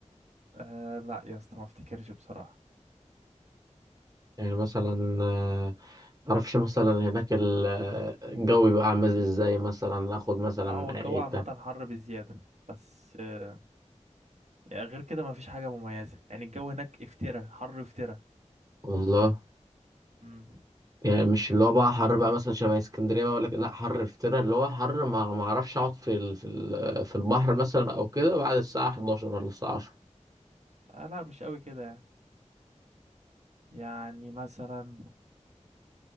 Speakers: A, on the right (about 65°); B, on the right (about 30°).
A: آه لا يا اسطى ما افتكرش بصراحة
B: يعني مثلا آه، معرفش مثلا هناك ال- آه، الجو بيبقى عامل ازاي مثلا اخد مثلا
A: لا
B: معايا
A: هو الجو
B: ايه
A: عامة
B: بتاع
A: حر بزيادة بس آه يعني غير كده ما فيش حاجة مميزة يعني الجو هناك افترا حر افترا
B: والله
A: امم
B: يعني مش اللي هو بقى حر بقى مثلا شبه اسكندريه بقى ولا كده، لا حر افترا اللي هو حر ما ما اعرفش اقعد في ال... في ال... في البحر مثلا او كده بعد الساعه 11 ولا الساعه 10
A: آه لا مش قوي كده يعني يعني مثلا